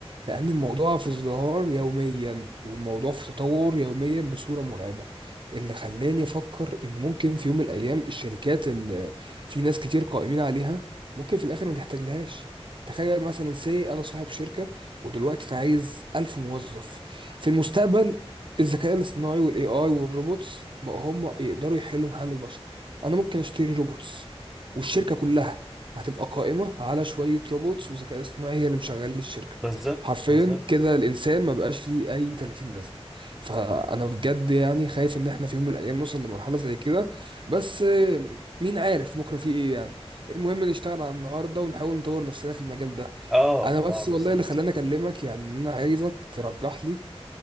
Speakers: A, on the right; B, in the centre.
A: لأن الموضوع في ازدهار يوميا والموضوع في تطور يوميا بصورة مرعبة اللي خلاني أفكر إن ممكن في يوم من الأيام الشركات اللي في ناس كتير قائمين عليها ممكن في الآخر ما تحتاجلهاش تخيل مثلا سي أنا صاحب شركة ودلوقتي عايز ألف موظف في المستقبل الذكاء الاصطناعي والاي اي والروبوتس بقوا هم يقدروا يحلوا محل البشر انا ممكن اشتري روبوتس والشركه كلها هتبقى قائمه على شويه روبوتس وذكاء اصطناعي هي اللي مشغل لي الشركه
B: بالظبط
A: حرفيا
B: بالظبط
A: كده الانسان ما بقاش ليه اي 30 لازمه فانا بجد يعني خايف ان احنا في يوم من الايام نوصل لمرحله زي كده بس آه، مين عارف بكره في ايه يعني المهم نشتغل على النهارده ونحاول نطور نفسنا في المجال ده
B: اه
A: انا بس
B: اه بالظبط
A: والله اللي خلاني اكلمك يعني ان انا عايزك ترجح لي